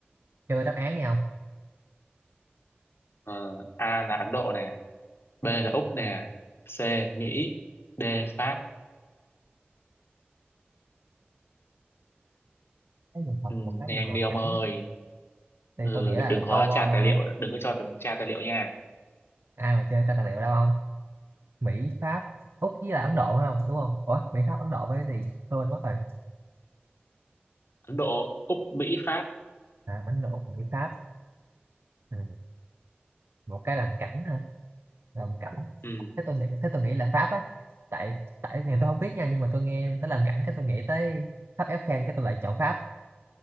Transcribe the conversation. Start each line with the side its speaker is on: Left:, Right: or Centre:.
Right: chơi đáp án đi không
Left: Ờ, A là Ấn Độ nè, B là Úc nè, C Mỹ, D Pháp.
Right: cái dùng thật
Left: Ừm,
Right: một cái
Left: nhanh
Right: dùng làm
Left: đi ông
Right: cảnh
Left: ơi.
Right: á. thì
Left: Ừ,
Right: tôi nghĩ là
Left: đừng có
Right: câu
Left: tra
Right: ờ,
Left: tài liệu, đừng có cho tra tài liệu nha.
Right: ai mà chơi tra tài liệu đâu không Mỹ Pháp Úc với là Ấn Độ phải không đúng không Ủa Mỹ Pháp Ấn Độ với cái gì tôi quên mất rồi
Left: Ấn Độ, Úc, Mỹ, Pháp.
Right: à, Ấn Độ Úc Mỹ Pháp ừ. một cái làm cảnh ha làm cảnh
Left: Ừm,
Right: thế tôi nghĩ thế tôi nghĩ là Pháp á tại tại này tôi không biết nha nhưng mà tôi nghe tới làm cảnh cái tôi nghĩ tới tháp Eiffel cái tôi lại chọn Pháp